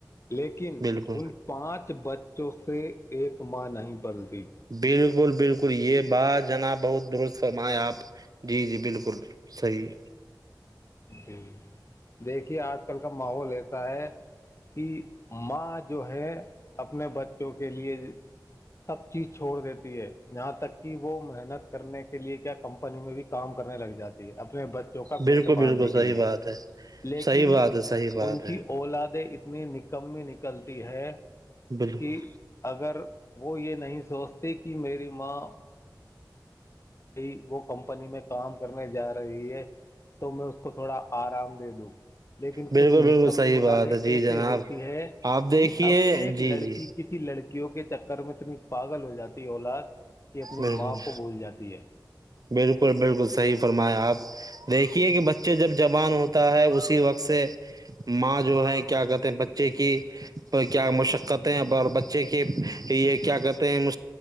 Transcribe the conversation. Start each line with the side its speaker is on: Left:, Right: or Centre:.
Left: لیکن
Right: بالکل
Left: ان پانچ بچوں سے ایک ماں نہیں بلتی
Right: بالکل بالکل یہ بات جنا بہت درست آپ جی جی بالکل صحیح ہے
Left: جی دیکھیے آج کل کا ماحول ایسا ہے کہ ماں جو ہے اپنے بچوں کے لیے سب چیز چھوڑ دیتی ہے جاں تک کہ وہ محنت کرنے کے لیے کیا کمپنی میں بھی کام کرنے لگ جاتی ہے اپنے ب چوکا
Right: بالکل
Left: پیٹ پالنے
Right: بالکل صحیح
Left: کے لیے
Right: بات ہے
Left: لیکن
Right: صحیح بات ہے صحیح بات
Left: ان
Right: ہے
Left: کی اولادیں اتنی نکممی نکلتی ہے
Right: بالکل
Left: کہ اگر وہ یہ نہیں سوچتی کہ میری ماں بھئی وہ کمپنی میں کام کرنے جا رہی ہے تو میں اس کو تھوڑا آرام دے دوں لیکن
Right: بالکل
Left: کچھ نکمی
Right: بالکل صحیح
Left: اولادیں
Right: بات ہے
Left: ایسی
Right: جی جناب
Left: ہوتی ہے
Right: آپ دیکھیے
Left: کہ اب ایک
Right: جی
Left: لڑکی
Right: جی
Left: کسی لڑکی وں کے چکر میں اتنی پاگل ہو جاتی ہے اولاد کہ اپنی
Right: بالکل
Left: ماں کو بھول جاتی ہے
Right: بالکل بالکل صحیح فرما آپ دیکھیے کہ بچے جب جوان ہوتا ہے اسی وقت سے ماں جو ہے کیا کہتے ہیں بچے کی کیا مشقتیں بچے کے یہ کیا کہتے ہیں